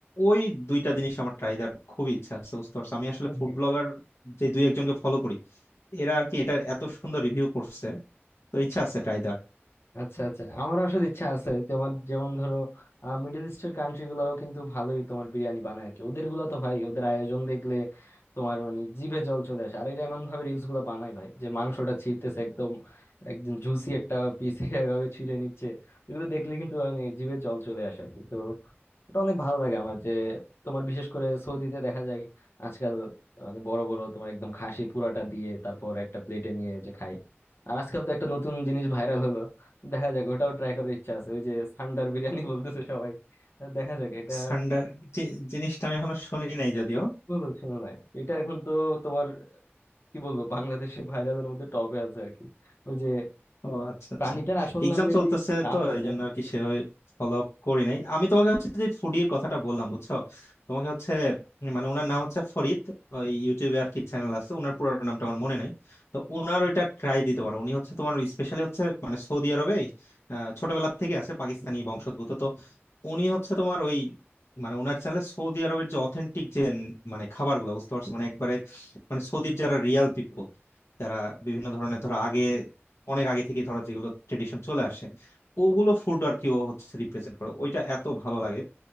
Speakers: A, on the left; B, on the left.
A: ওই দুইটা জিনিস আমার ট্রাই দেওয়ার খুবই ইচ্ছা আছে বুঝতে পারছো আমি আসলে
B: হম
A: ফুড ব্লগার যে দুই একজনকে ফলো করি এরা আর কি এটা এত সুন্দর রিভিউ করছে তো ইচ্ছা আছে ট্রাই দেওয়ার
B: আচ্ছা আচ্ছা আমারও আসলে ইচ্ছা আছে তোমার যেমন ধরো মিডল ইস্টের কান্ট্রি গুলাও কিন্তু ভালোই তোমার বিরিয়ানি বানায় আর কি ওদের গুলা তো ভাই ওদের আয়োজন দেখলে তোমার মানে জিভে জল চলে আসে আর এরা এমন ভাবে রিলস গুলা বানায় ভাই যে মাংসটা ছিঁড়তেছে একদম একদম জুসি একটা পিস এভাবে ছিঁড়ে নিচ্ছে এগুলো দেখলে কিন্তু মানে জিভে জল চলে আসে আর কি তো ওটা অনেক ভালো লাগে আমার যে তোমার বিশেষ করে সৌদিতে দেখা যায় আজকাল মানে বড় বড় তোমার একদম খাসি পুরাটা দিয়ে তারপর একটা প্লেটে নিয়ে যে খাই আর আজকাল তো একটা নতুন জিনিস ভাইরাল হলো দেখা যাক ওটাও ট্রাই করার ইচ্ছা আছে ওই যে সান্ডার বিরিয়ানি <laughs> বলতেছে সবাই দেখা যাক এটা
A: সান্ডা যে জিনিসটা আমি এখনো শুনি নাই যদিও
B: বলো শুনো নাই এটা এখন তো তোমার কি বলবো বাংলাদেশে ভাইরালের মধ্যে টপে আছে আর কি ওই যে
A: ও আচ্ছা
B: প্রাণীটার
A: আচ্ছা
B: আসল
A: এক্সাম
B: নাম মেবি
A: চলতেছে
B: টাপ
A: তো এই
B: বা
A: জন্য
B: কিছু
A: আর কি
B: একটা
A: সেভাবে ফলো আপ করি নাই আমি তোমাকে হচ্ছে যে ফুডির কথাটা বললাম বুঝছো তোমাকে হচ্ছে উম, মানে ওনার নাম হচ্ছে ফরিদ ওই ইউটিউবে আর কি চ্যানেল আছে ওনার পুরো নামটা আমার মনে নাই তো ওনার ওইটা ট্রাই দিতে পারো উনি হচ্ছে তোমার স্পেশালি হচ্ছে মানে সৌদি আরবে আহ, ছোটবেলা থেকে আছে পাকিস্তানি বংশোদ্ভূত তো উনি হচ্ছে তোমার ওই মানে ওনার চ্যানেলে সৌদি আরবের যে অথেন্টিক যে মানে খাবারগুলো বুঝতে পারছো মানে একবারে মানে সৌদির যারা রিয়াল পিপল যারা বিভিন্ন ধরনের ধরো আগে অনেক আগে থেকে ধরো যেগুলো ট্রেডিশন চলে আসে ওগুলো ফুড আর কি ও হচ্ছে রিপ্রেজেন্ট করে ওইটা এত ভালো লাগে